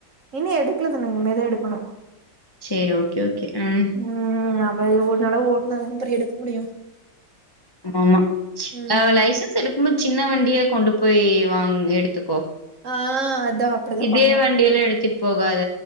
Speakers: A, on the right; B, on the left.
A: இன்னு எடுக்லதனோ இனிமேதா எடுக்கணு
B: செரி ஓகே ஓகே ம்
A: ம் நம்ப இது ஒழுங்கான ஓட்னா தான எடுக்க முடியு
B: ஆமா
A: ம்
B: லைசன்ஸ் எடுக்கும்போது சின்ன வண்டியா கொண்டு போய் வாங்கி எடுத்துக்கோ
A: ஆ அதா அப்டிதா
B: இதே
A: பண்ணு
B: வண்டியெல்லா எடுத்துட் போகாத